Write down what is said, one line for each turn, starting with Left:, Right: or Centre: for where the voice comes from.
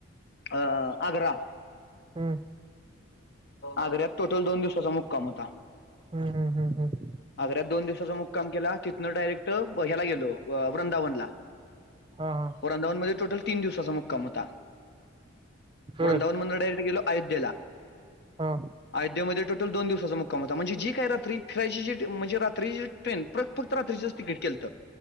Left: अ आग्रा.
Right: हम्.
Left: आग्र्यात. टोटल दोन दिवसाचा मुक्काम होता.
Right: हम्म हम्म हम्म हम्म
Left: आग्रात दोन दिव- मुक्काम केला तिथनं डायरेक्ट ह्याला गेलो वृंदावनला.
Right: हा हा
Left: वृंदानमध्ये टोटल तीन दिवसाचा मुक्काम होता.
Right: बर
Left: वृंदावन मधन डायरेक्ट गेलो अयोध्येला.
Right: हा
Left: आयोध्यामध्ये टोटल दोन दिवसाचा मुक्काम होता. म्हणजे जी काय रात्री फिरायची जी म्हणजे रात्री ट्रेन प्रत फक्त रात्रीच तिकीट केलतं